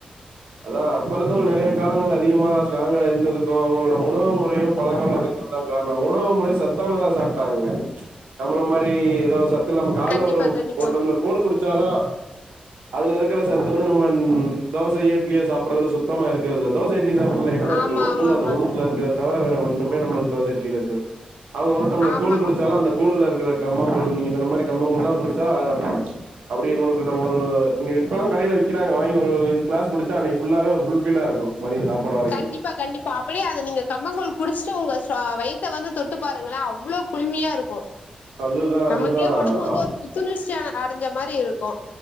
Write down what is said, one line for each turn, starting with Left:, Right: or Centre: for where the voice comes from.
Right: அதா அப்ப இருந்தவங்க நெறய காலங்கள்ல அதிகமா ஸ்டராங்கா இருந்ததுக்கு அவுங்களோட உணவு முறையு பழக்க வழக்கங்கள் தா காரணோ உணவு முறை சத் சத்தானதா சாப்ட்டாங்கங்க நம்மள மாரி ஏதாவது சத்து இல்லாம கால்ல
Left: கண்டிப்பா
Right: ஒரு
Left: கண்டிப்பா
Right: ஒரு டம்ளர் கூழ் குடிச்சாலு அதுல இருக்குற சத்து வந்து நம்ம தோசை இட்லியோ சாப்ட்றதுல சுத்தமா இருக்கறதுல்ல தோச இட்லி சாப்ட்றதுல என்ன இருக்கு
Left: ஆமா
Right: ஒண்ணு
Left: ஆமா
Right: இல்ல
Left: ஆமாங்க
Right: அந்த உழுந்துல இருக்க தவர வேற ஒண்ணுமே நமக்கு தோச இட்லில இருக்காது அவுங்க ஒரு டம்ளர்
Left: ஆமா
Right: குடிச்சாலு
Left: ஆமா ஆமாங்க.
Right: அந்த கூழுல இருக்குற கம்மங்கூழ் நீங்க சொன்ன மாரி கம்மங்கூழ்லா குடிச்சா அப்டி ஒரு கட ஒரு இங்க இப்பெல்லா கடைல விக்கிறாங்க வாங்கி ஒரு இ கிளாஸ் குடிச் சா அன்னக்கி ஃபுல்லாவே ஒரு ஃபுல் ஃபில்லா இருக்கு மதியோ சாப்பாடோ
Left: கண்டிப்பா கண்டிப்பா அப்டியே அத நீங்க கம்மங்கூழ் குடிச்சிட்டு உங்க ச வயி த்த வந்து தொட்டு பாருங்களே அவ்ளோ குளிமையா இருக்கு
Right: அதுதான்
Left: நமக்கே
Right: அதுதான்
Left: உடம்பு வந்து ஒரு புத்துணர்ச்சியான அடஞ்ச மாரி இருக்கு